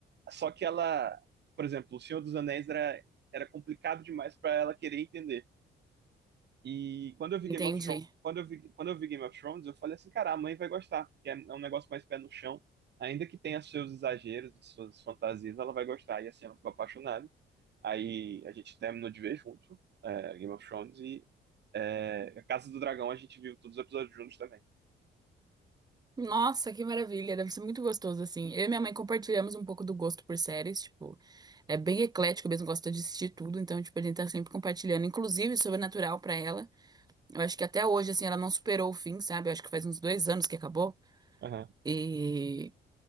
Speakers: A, on the right; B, on the right.
A: Só que ela, por exemplo, O Senhor dos Anéis era, era complicado demais para ela querer entender. E quando eu vi
B: entendi.
A: Game of Thrones, quando eu vi, quando eu vi Game of Thrones, eu falei assim, cara, a mãe vai gostar, porque é é um negócio mais pé no chão, ainda que tenha seus exageros e suas fantasias, ela vai gostar. E assim, ela ficou apaixonada. Aí a gente terminou de ver junto, é, Game of Thrones e é, Casa do Dragão, a gente viu todos os episódios juntos também.
B: Nossa, que maravilha, deve ser muito gostoso assim. Eu e minha mãe compartilhamos um pouco do gosto por séries, tipo, é bem eclético mesmo, gosta de assistir tudo, então, tipo, a gente tá sempre compartilhando, inclusive Sobrenatural pra ela. Eu acho que até hoje, assim, ela não superou o fim, sabe? Eu acho que faz uns dois anos que acabou.
A: Aham.
B: E,